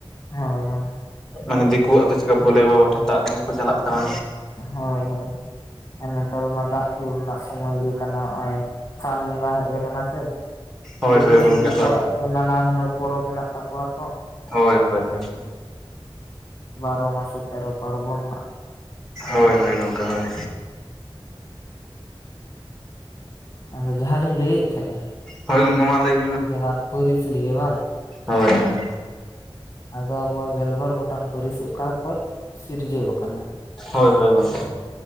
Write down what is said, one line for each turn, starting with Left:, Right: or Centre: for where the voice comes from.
Left: ᱦᱳᱭ ᱦᱳᱭ
Centre: ᱢᱟᱱᱮ ᱫᱤᱠᱩᱣᱟᱜ ᱫᱚ ᱪᱮᱠᱟ ᱵᱷᱳᱞᱮ ᱵᱟᱵᱟ ᱴᱷᱮᱱ ᱫᱟᱜ ᱫᱩᱞ ᱠᱚ ᱪᱟᱞᱟᱜ ᱠᱟᱱᱟ
Left: ᱦᱳᱭ ᱦᱳᱭ ᱟᱨ ᱱᱮᱛᱟᱨ ᱢᱟ ᱫᱟᱜ ᱫᱩᱞ ᱨᱮᱱᱟᱜ ᱥᱚᱢᱚᱭ ᱜᱮ ᱠᱟᱱᱟ ᱱᱚᱜᱼᱚᱭ ᱥᱟᱱ ᱵᱚᱸᱜᱟ ᱦᱮᱡ ᱟᱠᱟᱱᱟ ᱥᱮ
Centre: ᱦᱳᱭ
Left: ᱫᱩᱠᱩ
Centre: ᱦᱳᱭ
Left: ᱪᱷᱟᱛᱤᱠ
Centre: ᱜᱚᱢᱠᱮ ᱦᱳᱭ
Left: ᱠᱚᱣᱟᱜ ᱱᱟᱱᱟ ᱦᱩᱱᱟᱹᱨ ᱯᱚᱨᱚᱵᱽ ᱢᱮᱱᱟᱜ ᱛᱟᱠᱚᱣᱟ ᱛᱚ
Centre: ᱦᱳᱭ ᱦᱳᱭ ᱦᱳᱭ
Left: ᱦ ᱵᱟᱨᱚ ᱢᱟᱥᱮ ᱛᱮᱨᱚ ᱯᱟᱨᱵᱚᱱ
Centre: ᱦᱳᱭ ᱦᱳᱭ ᱜᱚᱝᱠᱮ ᱦᱳᱭ
Left: ᱟ ᱡᱟᱦᱟᱸ ᱞᱤᱧ ᱞᱟᱹᱭᱮᱫ ᱛᱟᱦᱮᱸᱱᱟ
Centre: ᱦᱚᱭ ᱜᱚᱝᱠᱮ ᱢᱟ ᱞᱟᱭ
Left: ᱡᱟᱦᱟᱸ ᱯᱟᱹᱨᱤᱥ ᱞᱤᱭᱮ ᱵᱟᱝ
Centre: ᱦᱳᱭ ᱦᱳᱭ
Left: ᱟᱫᱚ ᱟᱵᱚᱣᱟᱜ ᱜᱮᱞᱵᱟᱨ ᱜᱚᱴᱟᱝ ᱯᱟᱹᱨᱤᱥ ᱚᱠᱟ ᱠᱷᱚᱱ ᱥᱤᱨᱡᱟᱹᱣ ᱟᱠᱟᱱᱟ
Centre: ᱦᱳᱭ ᱦᱳᱭ ᱜᱚᱝᱠᱮ